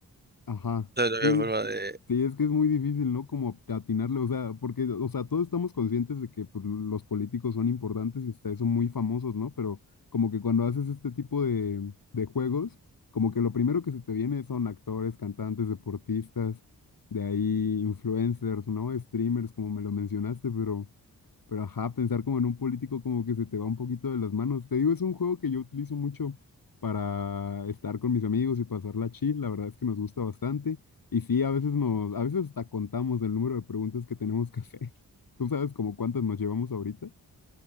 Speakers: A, on the left; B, on the right.
A: Ajá.
B: O sea, no había
A: Sí,
B: forma de...
A: Sí, es que es muy difícil, ¿no? Como atinarle, o sea, porque, o sea, todos estamos conscientes de que pues, los políticos son importantes y hasta eso muy famosos, ¿no? Pero como que cuando haces este tipo de, de juegos, como que lo primero que se te viene son actores, cantantes, deportistas, de ahí influencers, ¿no? Streamers, como me lo mencionaste, pero... Pero ajá, pensar como en un político como que se te va un poquito de las manos. Te digo, es un juego que yo utilizo mucho para estar con mis amigos y pasarla chill. La verdad es que nos gusta bastante. Y sí, a veces nos, a veces hasta contamos el número de preguntas que tenemos que hacer. <laughs> ¿Tú sabes como cuántas nos llevamos ahorita?